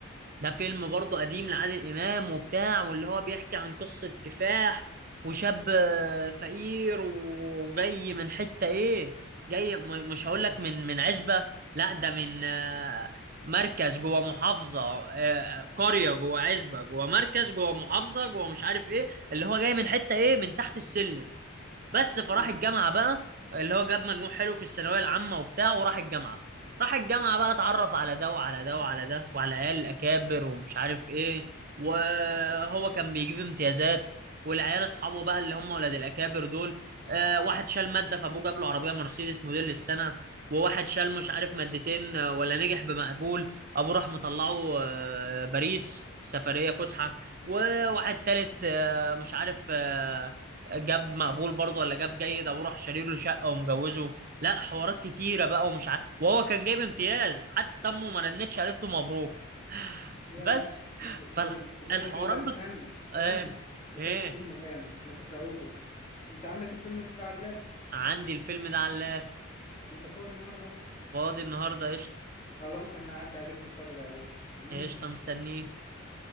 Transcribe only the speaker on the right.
ده فيلم برضه قديم لعادل إمام وبتاع واللي هو بيحكي عن قصة كفاح وشاب آه، فقير وجاي من حتة إيه جاي م- مش هقول لك من من عزبة لا ده من آه، مركز جوه محافظة آه، قرية جوه عزبة جوه مركز جوه محافظة جوه مش عارف إيه اللي هو جاي من حتة إيه من تحت السلم بس فراح
الجامعه بقى اللي هو جاب مجموع حلو في الثانويه العامه وبتاع وراح الجامعه راح الجامعه بقى اتعرف على ده وعلى ده وعلى ده وعلى عيال الاكابر ومش عارف ايه وهو كان بيجيب امتيازات والعيال اصحابه بقى اللي هم ولاد الاكابر دول آه واحد شال ماده فابوه جاب له عربيه مرسيدس موديل السنه وواحد شال مش عارف مادتين آه، ولا نجح بمقبول ابوه راح مطلعه آه، باريس سفريه فسحه وواحد تالت آه، مش عارف آه، جاب مقبول برضه ولا جاب جيد ابوه راح شاري له شقه ومجوزه لا حوارات كتيره بقى ومش عارف وهو كان جايب امتياز حتى امه ما رنتش قالت له مبروك <laughs>
بس فالحوارات
بت...
ايه
ايه
عندي الفيلم ده على اللاب.
فاضي النهارده قشطه
قشطه مستنيه